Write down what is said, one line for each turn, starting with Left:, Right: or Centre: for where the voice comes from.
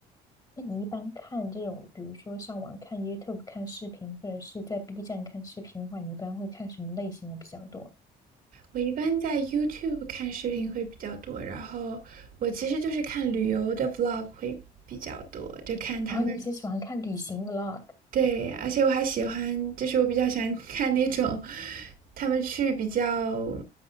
Left: 那你一般看这种，比如说上网看 YouTube 看视频，或者是在 B 站看视频的话，你一般会看什么类型的比较多？
Right: 我一般在 YouTube 看视频会比较多，然后我其实就是看旅游的 vlog 会比较多，就看他们
Left: 然后你比较喜欢看旅行 vlog？
Right: 对，而且我还喜欢，就是我比较喜欢看那种他们去比较